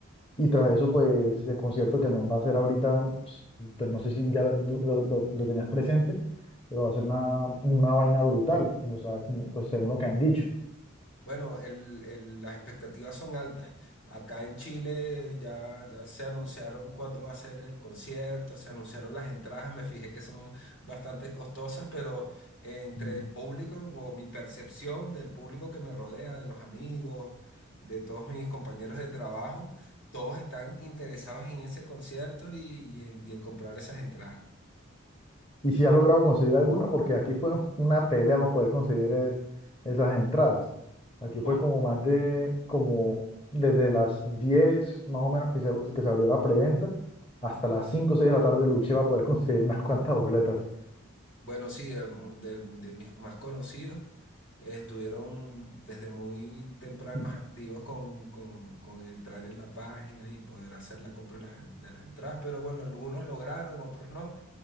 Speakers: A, on the left (about 25°); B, on the left (about 65°).
A: Y tras eso, pues el concierto que el man va a hacer ahorita, pues, pues, no sé si ya lo, lo- lo- lo tenías presente, pero va a ser una, una vaina brutal, o sea, como, pues según lo que han dicho.
B: Bueno, el- el- las expectativas son altas. Acá en Chile ya, ya se anunciaron cuándo va a ser el concierto, se anunciaron las entradas, me fijé que son bastante costosas, pero eh, entre
A: Mm.
B: el público o mi percepción del público que me rodea, de los amigos, de todos mis compañeros de trabajo, todos están interesados en ese concierto y, y en, y en comprar esas entradas.
A: Y si has logrado conseguir alguna, porque aquí fue una pelea para poder conseguir eh, esas entradas. Aquí
B: ¿Cómo?
A: fue como más de, como desde las 10 más o menos que se, que se abrió la preventa, hasta las 5 o 6 de la tarde luché para poder <laughs> conseguir unas cuantas boletas.
B: Bueno, sí, eh, mu- de de mis más conocidos. estuvieron desde muy tempranos
A: Mm.
B: activos con, con- con entrar en la página y poder hacer la compra de las, en- de las entradas, pero bueno, algunos lograron, otros no.